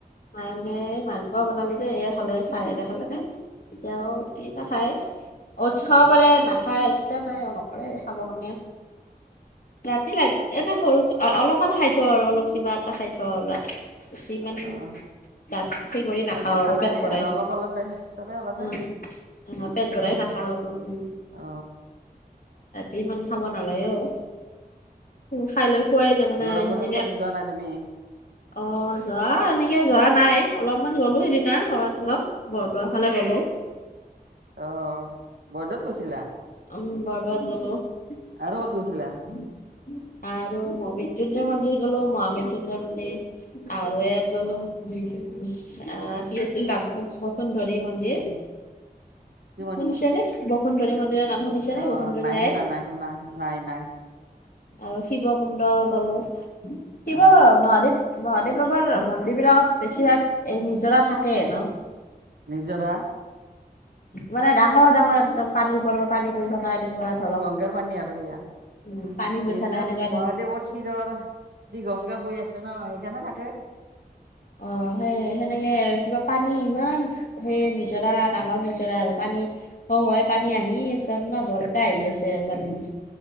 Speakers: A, on the left; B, on the right.
A: মায়ে মানে এই মালপোৱা বনালে যে এ খালে, চাই এতিয়া খালেনে? এতিয়াও ই না খায় উৎটছ খাব
B: অ
A: পাৰে নাখায়, ইচ্ছা নাই অঁ ন? কৰে আৰু খাবৰ কাৰণে। ৰাতি লাইট এনে সৰু অলপমান খাই থওঁ আৰু অলপ কিবা এটা খাই থওঁ আৰু ৰাতি। খিছি মানে
B: অ
A: ডাঁঠকে কৰি নাখাও
B: ৰাতিৰ
A: আৰু
B: খানা
A: পেট
B: সেই
A: ভৰাই।
B: অলপে, চবে অলপ-
A: উম, আহ পেট ভৰাই নাখাওঁ আৰু উম।
B: অ
A: ৰাতি ইমান খাব নালাগে অঁ, উম খাই লৈ- খোৱাই যাব না
B: গৰম
A: ইঞ্জিনিয়াক-
B: বন্ধত ক'তো যোৱা নাই তুমি
A: অঁ, যোৱা এনেকে যোৱা নাই, অলপমান গলো সেইদিনা ঘৰত অলপ বৰদোৱা। ভালে গ'লো।
B: অঁ, বৰদোৱাত গৈছিলা?
A: উম, বৰদোৱাত গলো।
B: আৰু ক'ত গৈছিলা
A: আৰু মৃত্যুঞ্জয় মন্দিৰ গলো, মহা মৃত্যুঞ্জয় মন্দিৰ। আৰু ইয়াত গলো উম- আহ কি আছিল নাম বসুন্ধৰি মন্দিৰ।
B: কি
A: শুনিছেনে বসুন্ধনী মন্দিৰৰ নাম? শুনিছে নে
B: অঁ,
A: বসুন্ধৰী
B: নাই
A: আই
B: শুনা, নাই শুনা, নাই, নাই।
A: আৰু শিৱ কুণ্ড গলো। শিৱ
B: অ
A: মহাদেৱ- মহাদেৱ বাবাৰ মন্দিৰ বিলাকত বেছিভাগ এই নিজৰা থাকে ন।
B: নিজৰা।
A: মানে ডাঙৰ ডাঙৰ একদম পানী ওপৰৰ পৰা পানী পৰি থকা এনেকুৱা ধৰক
B: অ', গংগাৰ পানী আৰু সেয়া,
A: উম পানী পৰি
B: এইজে
A: থকা সেনেকুৱা
B: মহাদেৱৰ
A: নি
B: শিৰৰ দি গংগা বৈ আছে ন, সেইকাৰণে থাকে।
A: অ', সেই সেনেকে আৰু কিবা পানী ইমান সেই নিজৰা, ডাঙৰ নিজৰা আৰু পানী। অ', হয় পানী আহি আছে, আপোনাৰ বৰতে আহি আছে আৰু পানী।